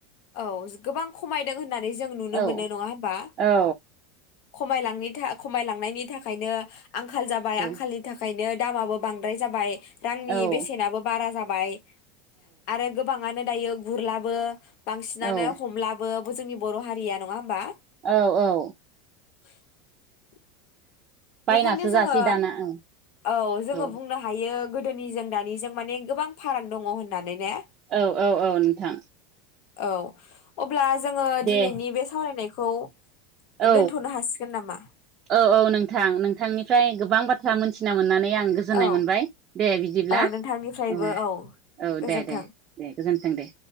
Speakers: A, on the left (about 55°); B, on the right (about 30°).
A: औ गोबां खमायदों होननानै जों नुनो
B: औ
A: मोनो नङा होमबा?
B: औ
A: खमायलांनि था खमायलांनायनि थाखायनो आंखाल जाबाय
B: औ
A: आंखालनि थाखायनो दामाबो बांद्राय जाबाय रांनि
B: औ
A: बेसेनाबो बारा जा बाय आरो गोबाङानो दायो गुरलाबो बांसिनानो
B: औ
A: हमलाबो जोंनि बर हारिया नङा होमबा?
B: औ औ
A: <inaudible>
B: बायनासो
A: बेखायनो जोङो
B: जासै दाना औ
A: औ जोङो
B: औ
A: बुंनो हायो। गोदोनिजों दानिजों माने गोबां फाराग दङ होननानै ने?
B: औ औ औ नोंथां
A: औ अ ब्ला जोङो
B: दे
A: दिनैनि बे सावरायनायखौ
B: औ
A: दोनथ'नो हासिगोन नामा
B: औ औ नोंथां नोंथांनिफ्राय गोबां बा थ्रा मोनथिना मोननानै आं गोजोन्नाय
A: औ
B: मोनबाय दे बिदिब्ला
A: औ नोंथांनिफ्रायबो
B: औ औ
A: गोजोन्थों
B: दे दे दे गोजोनथों दे।